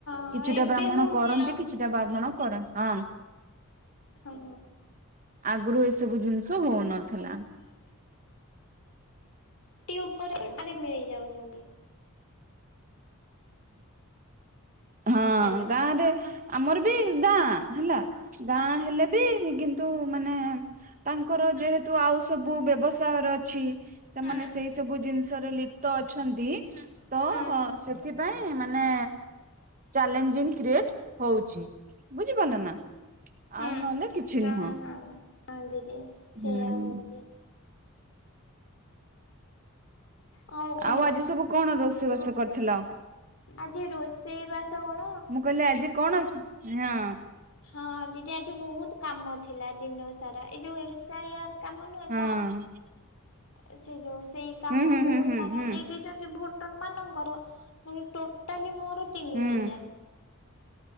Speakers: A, on the left; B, on the right.
A: ହଁ
B: କିଛିଟା
A: ଏବେ
B: ବ୍ରାହ୍ମଣ
A: ହଉଛି
B: କରନ୍ତି
A: ଆଉ
B: କିଛିଟା ବ୍ରାହ୍ମଣ କରନ ହଁ।
A: ହୁଁ।
B: ଆଗରୁ ଏସବୁ ଜିନିଷ ହଉନଥିଲା।
A: ପୁଟି ଉପରେରେ ମିଳି ଯାଉଛନ୍ତି।
B: ହଁ
A: ହେଲୋ
B: ଗାଁରେ ଆମର ବି ଗାଁ ହେଲା ଗାଁ
A: ହଁ
B: ହେଲେ ବି କିନ୍ତୁ କିନ୍ତୁ ମାନେ ତାଙ୍କର ଯେହେତୁ ଆଉ ସବୁ ବ୍ୟବସାୟର ଅଛି। ସେମାନେ
A: ହଁ
B: ସେଇ ସବୁ ଜିନିଷରେ ଲିପ୍ତ ଅଛନ୍ତି ତ
A: ହଁ
B: ସେଥିପାଇଁ ମାନେ ଚଲେଞ୍ଜିଂ କ୍ରିଏଟ ହଉଛି ବୁଝିପାରିଲ ନା?
A: ହଁ
B: ଆଉ ନହେଲେ କିଛି
A: ହଁ
B: ନୁହଁ।
A: ହଁ ହଁ ଦିଦି ସେଇଆ
B: ହୁଁ
A: ହଉଛି। ହଉ କହ
B: ଆଉ ଆଜି ସବୁ କଣ ରୋଷେଇବାସ କରି ଥିଲ
A: ଆଜି ରୋଷେଇ ବାସ କଣ
B: ମୁଁ କହିଲି ଆଜି କଣ ଅଛି ହଁ।
A: ହଁ ଦିଦି ଆଜି ବହୁତ କାମ ଥିଲା ଦିନ ସାରା ଏ ଯୋଉ ସେ ୟାର କାମ ନୁହେଁ
B: ହଁ
A: ସାର୍ ସେ ଯୋଉ ସେଇ କାମ
B: ହୁଁ
A: ବହୁତ
B: ହୁଁ ହୁଁ
A: ସାରା
B: ହୁଁ ହୁଁ
A: ଦେଇ ଭୋଟର ମାନଙ୍କର ମାନେ ଟୋଟାଲି ମୋର ତିନି
B: ହୁଁ
A: ହଜାର।